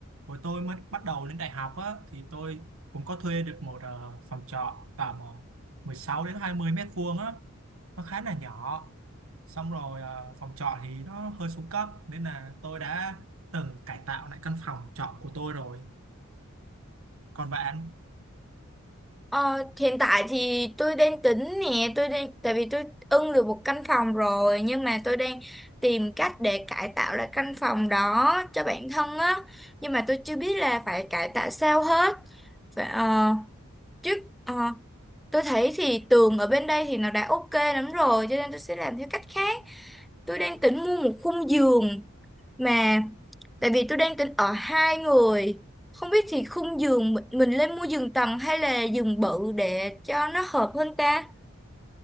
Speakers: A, on the right (about 70°); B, in the centre.
A: hồi tôi mới bắt đầu lên đại học á thì tôi cũng có thuê được một ờ, phòng trọ tầm uh, 16 đến 20 mét vuông á, nó khá là nhỏ. Xong rồi ờ, phòng trọ thì nó hơi xuống cấp nên là tôi đã từng cải tạo lại căn phòng trọ của tôi rồi. Còn bạn?
B: Ờ, hiện tại thì tôi đang tính nè, tôi đang tại vì tôi ưng được một căn phòng rồi nhưng mà tôi đang tìm cách để cải tạo lại căn phòng đó cho bản thân á, nhưng mà tôi chưa biết là phải cải tạo sao hết. Phải, ờ, chứ ờ, tôi thấy thì tường ở bên đây thì nó đã ok lắm rồi cho nên tôi sẽ làm theo cách khác tôi đang tính mua một khung giường mà tại vì tôi đang tính ở hai người không biết thì khung giường mình mình lên mua giường tầng hay là giường bự để cho nó hợp hơn ta